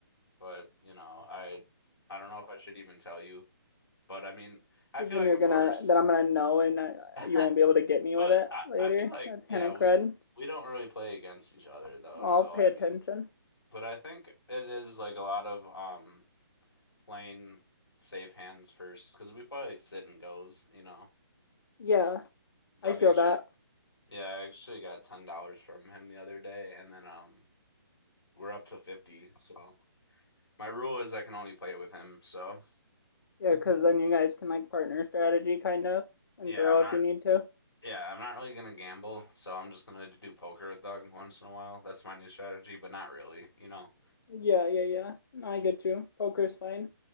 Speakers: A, on the left (about 80°); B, on the left (about 65°).
A: but you know, I I don't know if I should even tell you, but I mean, I
B: Because
A: feel
B: then
A: like
B: you're
A: of
B: gonna,
A: course
B: then I'm gonna know, and I,
A: <laughs>
B: you won't be able to get me
A: But
B: with it
A: I,
B: later.
A: I feel like
B: That's kind
A: yeah,
B: of
A: we
B: crud.
A: we don't really play against each other though.
B: I'll
A: So
B: pay
A: I
B: attention.
A: mean, but I think it is like a lot of um playing save hands first because we play like sit and goes, you know.
B: Yeah,
A: Doug
B: I feel
A: actually,
B: that.
A: yeah, I actually got ten dollars from him the other day, and then um we're up to fifty. So my rule is I can only play with him. So
B: Yeah, because then you guys can like partner strategy kind of and
A: yeah,
B: throw
A: I'm not.
B: if you need to.
A: Yeah, I'm not really gonna gamble, so I'm just gonna do poker with Doug once in a while. That's my new strategy, but not really, you know.
B: Yeah, yeah, yeah. No, I get you. Poker's fine.